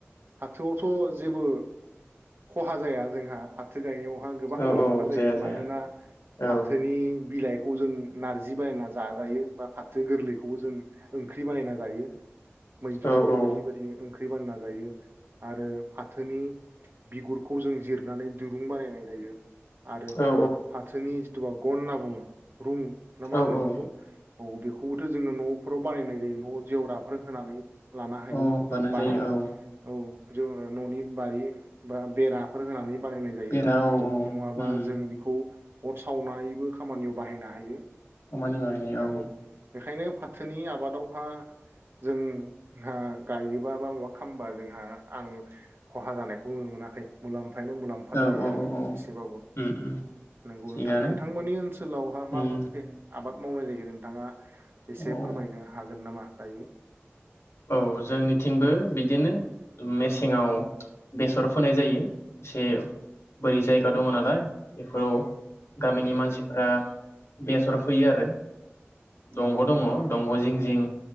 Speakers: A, on the right; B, on the left.
A: हाथोआवथ' जेबो खहा जाया जोंहा हाथो गायनायाव। आं गोबां
B: औ
A: मुलाम्फा
B: औ
A: जायो
B: जाया जाया
A: मानोना
B: औ
A: फाथोनि बिलाइ खौ जों नारजि बायना जाजायो बा फाथो गोरलैखौबो जों ओंख्रि बायना जायो। मैद्रुफोर
B: औ औ
A: बायदि बायदि ओंख दै बानना जायो आरो फाथोनि बिगुरखौ जों जिरनानै दिरुं बानायनाय जायो।। आरो
B: औ
A: फाथोनि दुवा गनना बुङो रुं। ना मा
B: औ
A: होनो बिखौ? औ बेखौबोथ' जोङो न'फोराव बानायनाय जायो न' जेवराफोर। होनानै। लानो हायो
B: औ होनाय
A: बा बारि
B: जायो औ
A: औ। ज न'नि बारि बा बेराफोर होनानै बानायनाय जायो,
B: बेरा औ औ
A: नङाबा
B: उम
A: जों बेखौ अर सावनायबो खामानियाव बाहायनो हायो।
B: खामानि बाहायनाय
A: नंगौ
B: औ।
A: बेखायनो फाथोनि आबादावहा जोंहा गायोबा बा माबा खालामबा जोंहा आं खहा जानायखौ नु मोनाखै मुलाम्फ फायानो मुलाम्फा
B: औ
A: जायो
B: औ
A: आरो
B: औ
A: एसेबाबो
B: उम उम
A: नोंगौ
B: थिगानो
A: नोंथां नोंथांमोननि ओनसोलावहा मा
B: उम
A: मा पे आबाद मावनाय जायगोन नोंथाङा। एसे
B: औ
A: फोरमायनो हागोन नामा? दायो।
B: औ जोंनिथिंबो बिदिनो मेसेङाव बेसर फोनाय जायो एसे बोरि जायगा दङ नालाय बेफोराव गामिनि मानसिफोरा बेसर फोयो आरो। दंग'
A: नंगौ
B: दङ
A: नोंथां
B: दंग' जिं जिं